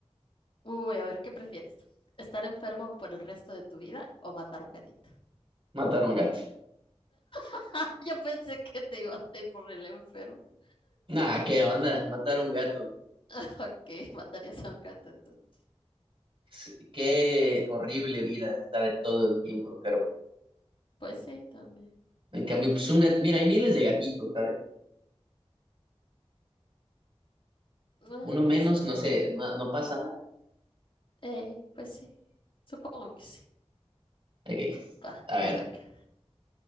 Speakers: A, on the left; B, on the right.
A: Uy, a ver, ¿qué prefieres? ¿Estar enfermo por el resto de tu vida o matar un gatito?
B: Matar a un gato.
A: <laughs> Yo pensé que te ibas a ir por el enfermo.
B: Nah, ¿qué onda? Matar a un gato.
A: <laughs> Ok, matarías a un gato entonces.
B: Sí, Qué horrible vida estar todo el tiempo enfermo.
A: Pues sí, también.
B: En cambio, pues un gato. Mira, hay miles de gatitos, ¿sabes?
A: Ah,
B: Uno
A: pues
B: menos,
A: sí.
B: no sé, no, no pasa nada.
A: Ey, pues sí. Supongo que sí.
B: Ok,
A: Va,
B: a ver,
A: te toca.